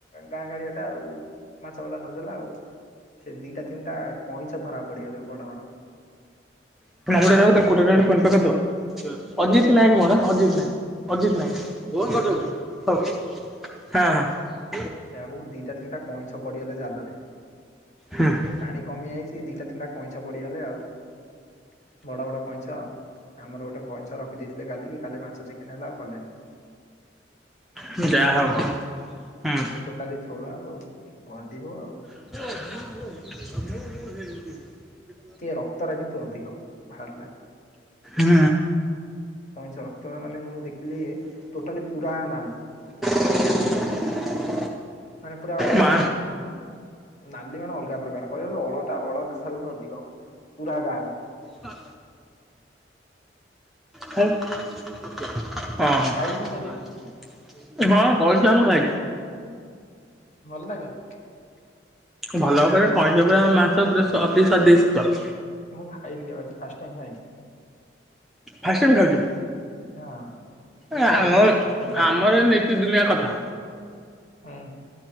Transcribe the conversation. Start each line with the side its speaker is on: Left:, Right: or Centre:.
Left: ଗାଁ ଗାଳିଆ ଟା ଆଉ ମାଛ ଭଲା ଧରିଦେଲା ଆଉ। ସେ ଦିଟା ତିନିଟା କଇଁଛ ଧରା ପଡିିଗଲେ ବଡ ବଡ।
Centre: <unintelligible> ତାକୁ
Left: ଆମର
Centre: କୋଡିଏ
Left: ଗୋଟେ
Centre: ଟଙ୍କା
Left: ନେ
Centre: ଟା ଫୋନ ପେ କରଦବ ଅଜିତ୍ ନାୟକ ମୋର ଅଜିତ୍ ନାୟକ ଅଜିତ୍ ନାୟକ। ହଉ
Left: ବୁଝିଲ
Centre: ହଁ ହଁ।
Left: ସେୟାକୁ ଦିଟା ତିନିଟା କଇଁଛ ପଡିଗଲେ ଜାଲରେ।
Centre: ହୁଁ।
Left: ପାଣି କମି ଯାଇଛି ଦିଟା ତିନିଟା କଇଁଛ ପଡିଗଲେ ଆଉ ବଡ ବଡ। କଇଁଛ ଆମର ଗୋଟେ କଇଁଛ ରଖି ଦେଇଥିଲେ କାଲି କି କାଲି ମାଛ ଚିକେନ ହେଲା ଆଉ କଲେନି।
Centre: ହୁଁ ଯାହା
Left: ବୁଝିଲ ନା
Centre: ହଉ। ହୁଁ
Left: ଆଜି ଟୋଟାଲି ଝୋଳ ଆଉ ଗଡିବ ଆଉ।
Centre: <inaudible>
Left: କି ଏ ରକ୍ତ ରା କିନ୍ତୁ ଅଧିକ ବାହାରିଲା।
Centre: ହୁଁ।
Left: କଇଁଛ ଅତଗା ମାନେ ମୁଁ ଦେଖିଲି ଟୋଟାଲି ପୁରା ନାଲି।
Centre: <inaudible>
Left: ମାନେ ପୁରା
Centre: ମା
Left: ଉଁ ନାଲି ମାନେ ଅଲଗା ପ୍ରକାର। କହିବ ବି ଅଳତା ଅଳତା ଠାରୁ ବି ଅଧିକ ପୁରା ଗାଢ଼।
Centre: ହଁ। ଖା ହଁ ହଁ
Left: ଖାଇଛ ନା କେବେ
Centre: ହଁ କଇଁଛ ମୁଁ ଖାଇଚି।
Left: ଭଲ ଲାଗେନି।
Centre: ଭଲ ଭାବରେ କଇଁଛ ପୁରା ମାଂସ ପୁରା ସ ଅତି ସ୍ୱାଦିଷ୍ଟ।
Left: ମୁଁ ଖାଇନି କେବେ ଆଜି ଫାର୍ଷ୍ଟ ଟାଇମ ଖାଇନି।
Centre: ଫାର୍ଷ୍ଟ ଟାଇମ ଖାଉଛୁ।
Left: ହଁ ମୁଁ
Centre: ଏ ଆମ
Left: ଖାଇନି
Centre: ଉଁ
Left: ଆଜି ଫାଷ୍ଟ ଟାଇମ ଖାଇବି
Centre: ଆମର ଏ ନୀତି ଦିନିଆ କଥା।
Left: ହୁଁ ହୁଁ।